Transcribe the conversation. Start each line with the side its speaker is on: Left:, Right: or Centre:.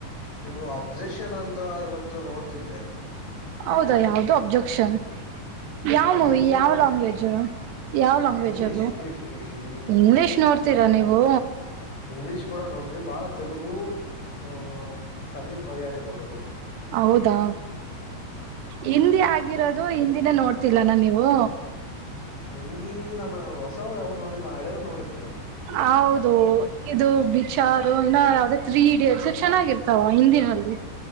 Left: ನೀವು ಅಬ್ಜೆಷನ್ ಅಂತ ಇವತ್ತು ನೋಡ್ತಿದ್ದೆ
Right: ಹೌದಾ ಯಾವ್ದು ಅಬ್ಜೆಕ್ಷನ್ ಯಾವ
Left: ಅಬ್ಸೆಷನ್
Right: ಮೂವಿ ಯಾವ್
Left: ಅಂತ
Right: ಲ್ಯಾಂಗ್ವೇಜ್ ಯಾವ್ ಲಾಂಗ್ ಗ್ವೇಜ್
Left: ಇಂಗ್ಲಿಷ್
Right: ಅದು
Left: ಇಂಗ್ಲಿಷ್ ಇಂಗ್ಲಿಷ್ ಮೂವಿ
Right: ಇಂಗ್ಲಿಷ್ ನೋಡ್ತೀರಾ ನೀವು
Left: ಇಂಗ್ಲಿಷ್ ಕೂಡ ನೋಡ್ತವಿ ಬಹಳ ತೆಲುಗು ಅ ತಮಿಳ್ ಮಲಯಾಳಿ ನೋಡುದು
Right: ಹೌದಾ ಹಿಂದಿ ಆಗಿರೋದು. ದಿನ ನೋಡ್ತಿಲ್ಲ ನಾ ನೀವು.
Left: ಹಿಂದಿ ನಾನು ಹೊಸವು ಯಾವ್ ನೋಡಿಲ್ಲ ಹಳೇವು ನೋಡಿದ್ದೆ.
Right: ಹೌದು ಇದು ಬಿಚಾರ ಇನ್ನ ಯಾದ ತ್ರೀ ಇಡಿಯಟ್ಸ್ ಚೆನ್ನಾಗಿರ್ತಾವ ಹಿಂದಿನಲ್ಲಿ.